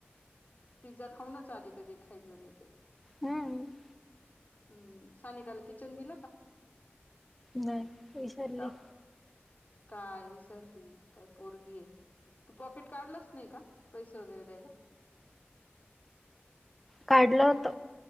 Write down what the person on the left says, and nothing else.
पिझ्झा खाऊनच आले का जे खायचं नाही ते
हम्म सायकाल किचन दिलं का
का काय विसरली काय पोरगी आहे तू पॉकेट काढलाच नाही का पैसे वगैरे द्यायला